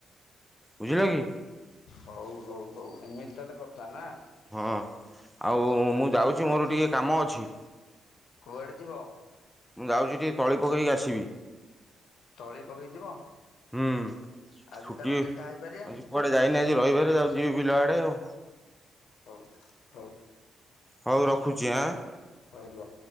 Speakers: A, in the centre; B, on the left (about 75°).
A: ବୁଝିଲ କି?
B: ହଉ ହଉ ହଉ ଏମିତି ତାହେଲେ କଥା ନା?
A: ହଁ, ଆଉ
B: ତାହେଲେ
A: ମୁଁ ଯାଉଛି ମୋର ଟିକେ କାମ ଅଛି।
B: କୁଆଡେ ଯିବ?
A: ମୁଁ ଯାଉଛି ଟିକେ ତଳି ପକେଇକି ଆସିବି।
B: ତଳି ପକେଇ ଯିବ?
A: ହୁଁ।
B: ଆଜି
A: ଛୁଟି,
B: ତାହେଲେ ଦେଖା ହେଇପାରିବାନି
A: ଆଜି କୁଆଡ଼େ ଯାଇନି ଆଜି ରଇବାରେ ଯାଉଚି ଯିବି ବିଲ ଆଡ଼େ ଆଉ।
B: ହଉ। ହଉ।
A: ହଉ ରଖୁଛି ଆଁ।
B: ହଉ ରୁହ।